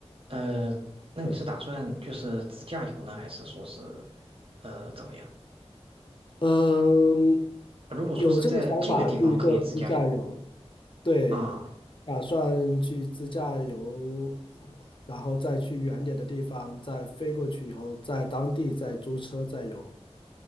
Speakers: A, on the right (about 55°); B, on the left (about 50°).
A: 呃，那你是打算就是自驾游呢，
B: 对。
A: 还是说是呃怎么样？
B: 嗯，
A: 如果说是在近的地方可以自驾游
B: 有这个想法去做自驾游，对，
A: 啊，
B: 打算去自驾游，然后再去远点的地方，再飞过去以后，在当地再租车再游。